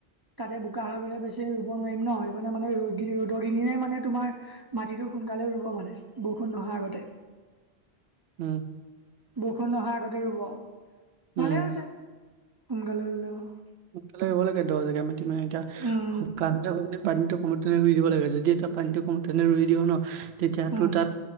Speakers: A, on the right; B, on the right.
A: তাতে বোকা হৈ গ'লে বেছি ৰুব নোৱাৰিম ন। সেইকাৰণে মানে ৰ'দ ৰ'দৰ মানে তোমাৰ মাটিটো সোনকালেও ৰুব মানে বৰষুণ নহয় আগতে।
B: উম।
A: বৰষুণ নহয় আগতে ৰোব।
B: উম,
A: ভালেই হৈছে সোনকালে ৰুলে হ'ল।
B: সোনকালে আহিব লাগে দহ জেগা মাটি মানে তিয়া
A: উম
B: শুকান পানীতটো কমতে ৰুই দিব লাগে যদি এতিয়া পানীটো কমতে ৰুই দিওঁ ন তেতিয়াতো
A: উম
B: তাত